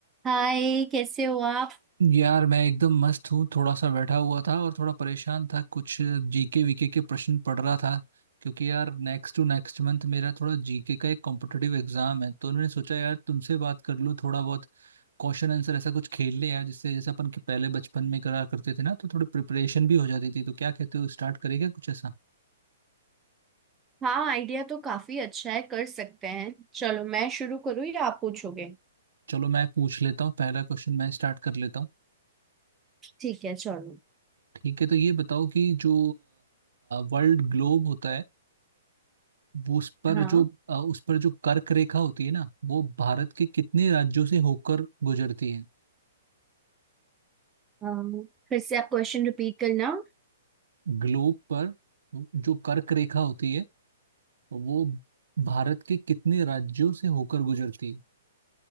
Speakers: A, on the right; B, on the right.
A: हाय कैसे हो आप
B: यार मैं एकदम मस्त हूँ थोड़ा सा बैठा हुआ था और थोड़ा परेशान था कुछ जीके वीके के प्रश्न पढ़ रहा था क्योंकि यार नेक्स्ट टू नेक्स्ट मंथ मेरा थोड़ा जीके का एक कॉम्पिटिटिव एग्जाम है तो उन्होंने सोचा यार तुमसे बात कर लूँ थोड़ा बहुत क्वेश्चन आंसर ऐसा कुछ खेल ले यार जिससे जैसे अपन के पहले बचपन में करा करते थे ना तो थोड़ी प्रिपरेशन भी हो जाती थी तो क्या कहते हो स्टार्ट करेगा कुछ ऐसा
A: हाँ आइडिया तो काफी अच्छा है कर सकते हैं चलो मैं शुरू करूँ या आप पूछोगे
B: चलो मैं पूछ लेता हूँ पहला क्वेश्चन मैं स्टार्ट कर लेता हूँ
A: ठीक है चलो
B: ठीक है तो ये बताओ कि जो वर्ल्ड ग्लोब होता है वो उस पर
A: हाँ
B: जो अ, उस पर जो कर्क रेखा होती है ना वो भारत के कितने राज्यों से होकर गुजरती है
A: अम, फिर से आप क्वेश्चन रिपीट करना
B: ग्लोब पर जो कर्क रेखा होती है वो भारत के कितने राज्यों से होकर गुजरती है